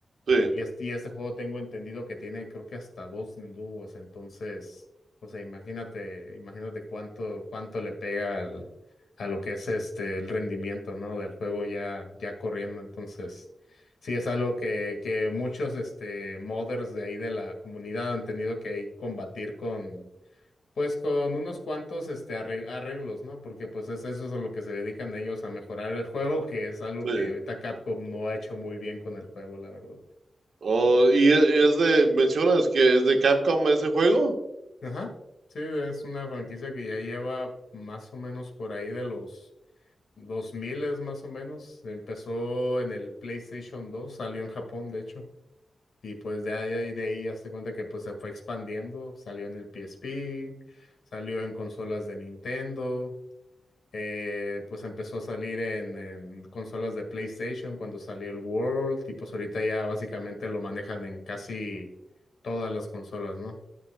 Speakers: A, on the right; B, on the left.
A: sí,
B: Y este, y este juego tengo entendido que tiene creo que hasta dos dúos, entonces, o sea, imagínate, imagínate cuánto, cuánto le pega al, a lo que es este el rendimiento, ¿no? del juego ya, ya corriendo. Entonces, sí es algo que, que muchos este modders de ahí de la comunidad han tenido que ahí combatir con, pues con unos cuantos este arre- arreglos, ¿no? Porque pues es, eso es a lo que se dedican ellos a mejorar el juego, que es algo
A: sí.
B: que ahorita Capcom no ha hecho muy bien con el juego, la verdad.
A: Oh, ¿y es y es de, mencionas que es de Capcom ese juego?
B: Ajá, sí, es una franquicia que ya lleva más o menos por ahí de los 2000 más o menos. Empezó en el PlayStation 2, salió en Japón, de hecho. Y pues de ahí, de ahí hazte cuenta que pues se fue expandiendo. Salió en el PSP, salió en consolas de Nintendo, eh, pues empezó a salir en, en consolas de PlayStation cuando salió el World. Y pues ahorita ya básicamente lo manejan en casi todas las consolas, ¿no?